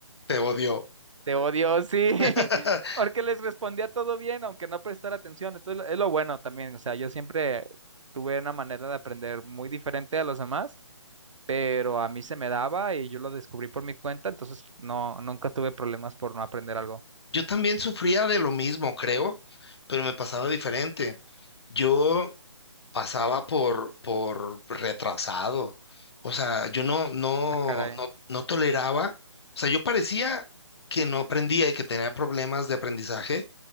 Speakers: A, on the left (about 60°); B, on the right (about 90°).
A: te odio.
B: te odio, sí. <laughs>
A: <laughs>
B: Porque les respondía todo bien, aunque no prestara atención. Esto es lo, es lo bueno también. O sea, yo siempre tuve una manera de aprender muy diferente a los demás, pero a mí se me daba y yo lo descubrí por mi cuenta, entonces no, nunca tuve problemas por no aprender algo.
A: Yo también sufría de lo mismo, creo, pero me pasaba diferente. Yo pasaba por, por retrasado. O sea, yo no, no,
B: Ah, caray.
A: no, no toleraba. O sea, yo parecía que no aprendía y que tenía problemas de aprendizaje,